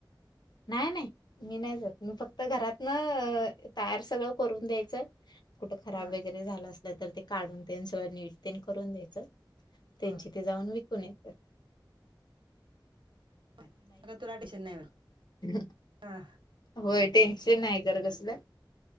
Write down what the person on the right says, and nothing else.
हा
हा
<unintelligible> नाय मग तुरा टीशन नाय होत
हा